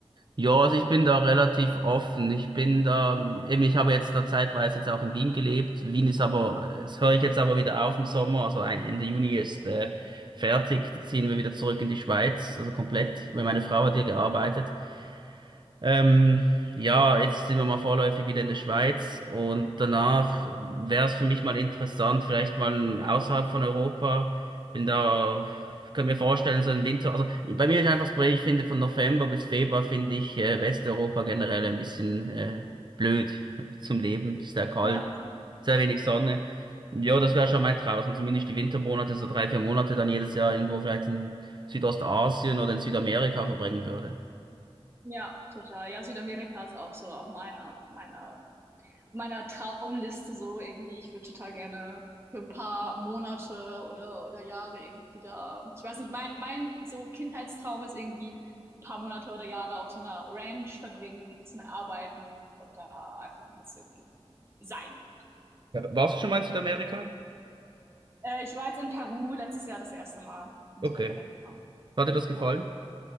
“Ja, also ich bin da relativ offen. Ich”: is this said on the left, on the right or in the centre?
Right